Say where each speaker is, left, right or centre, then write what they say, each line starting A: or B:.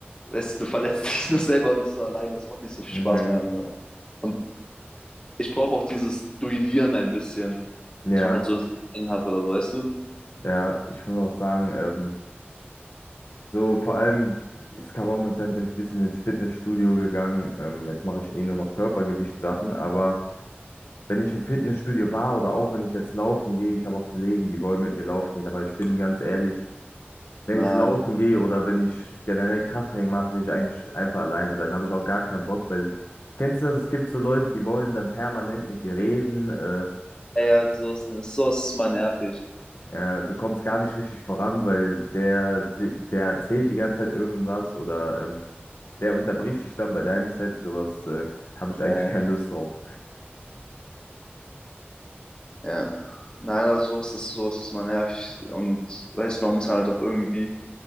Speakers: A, on the left; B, on the left.
A: weißt du, du verletzt <laughs> dich nur selber und bist so allein. Das macht nicht so viel
B: mhm.
A: Spaß mehr. Und ich brauche auch dieses Duellieren ein bisschen,
B: Ja,
A: was man halt so ins Training hat oder so, weißt du?
B: ja, ich muss auch sagen, ähm, so vor allem, es gab auch eine Zeit, da bin ich ein bisschen ins Fitnessstudio gegangen. Ähm, jetzt mache ich eh nur noch Körpergewichtssachen, aber wenn ich im Fitnessstudio war oder auch wenn ich jetzt laufen gehe, ich habe auch Kollegen, die wollen mit mir laufen gehen, aber ich bin ganz ehrlich, wenn
A: Nein.
B: ich laufen gehe oder wenn ich generell Krafttraining mache, will ich eigentlich einfach allein sein. Habe ich auch gar keinen Bock, weil kennst du das? Es gibt so Leute, die wollen dann permanent mit dir reden. Äh,
A: Ey, also, so ist so ist mal nervig.
B: äh, du kommst gar nicht richtig voran, weil der, wi- der erzählt die ganze Zeit irgendwas oder ähm, der unterbricht dich dann bei deinem Set. Sowas äh, habe ich eigentlich
A: Ja, ja.
B: keine Lust drauf.
A: ja. Nein, also sowas ist, sowas ist mal nervig. Und weißt du, man muss halt auch irgendwie